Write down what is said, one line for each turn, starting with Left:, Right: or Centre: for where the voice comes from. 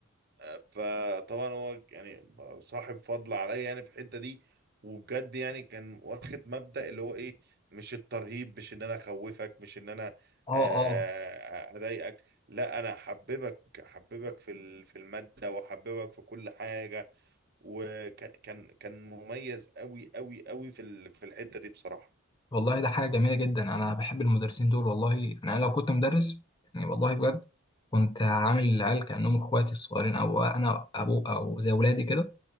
Right: آه، فطبعا هو يعني صاحب فضل عليا يعني في الحتة دي وبجد يعني كان واخد مبدأ اللي هو ايه مش الترهيب مش ان انا اخوفك مش ان انا
Left: اه
Right: آه، اضايقك لا انا احببك احببك في ال- في المادة واحببك في كل حاجة وكان كان كان مميز قوي قوي قوي في ال- في الحتة دي بصراحة
Left: والله ده حاجة جميلة جدا أنا بحب المدرسين دول والله يعني أنا لو كنت مدرس يعني والله بجد كنت عامل العيال كأنهم إخواتي الصغيرين أو أنا أبو أو زي ولادي كده